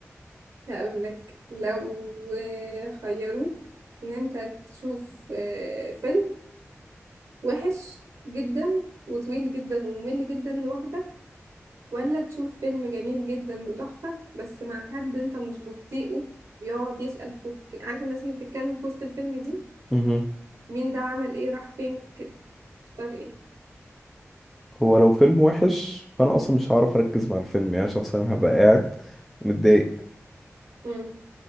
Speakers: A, on the right; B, in the centre.
A: هقول لك لو خيروك ان انت تشوف آه، فيلم وحش جدا وطويل جدا وممل جدا لوحدك ولا تشوف فيلم جميل جدا وتحفة بس مع حد انت مش بتطيقه بيقعد يسأل فوق عارف الناس اللي بتتكلم في وسط الفيلم دي
B: دورك
A: مين ده عمل ايه راح فين كده تختار ايه
B: هو لو فيلم وحش فانا اصلا مش هعرف اركز مع الفيلم يعني شخصيا هبقى قاعد متضايق
A: امم